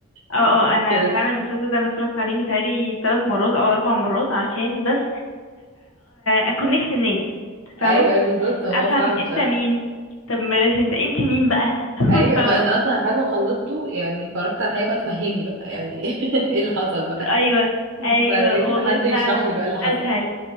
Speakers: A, on the left (about 70°); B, on the right (about 60°).
A: اه
B: <laughs>
A: اه انا
B: كده
A: فعلا المسلسل ده انا اتفرجت عليه متهيألي ثلاث مرات او اربع مرات عشان بس اكونكت الناس فاهمه
B: ايوه ايوه بالظبط ما هو
A: افهم
B: صعب
A: انت
B: بصراحه
A: مين طب بلاش انت انت مين بقى <laughs>
B: ايوه
A: فاهمه
B: ما انا اصلا بعد ما خلصته يعني اتفرجت على حاجه بقى تفهمني بقى يعني <laughs> ايه اللي حصل بقى
A: ايوه ايوه
B: فاهماني
A: والله
B: حد يشرح
A: فعلا
B: لي بقى اللي حصل
A: اسهل